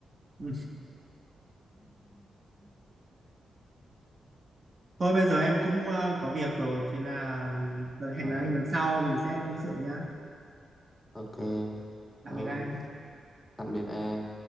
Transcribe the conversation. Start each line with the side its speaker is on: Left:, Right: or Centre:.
Right: <laughs> Thôi bây giờ em cũng ờ, có việc rồi, thế là ờ, hẹn
Left: Ờ,
Right: là anh lần sau mình sẽ tâm sự nhá.
Left: ok
Right: Tạm
Left: thôi
Right: biệt anh.
Left: tạm biệt em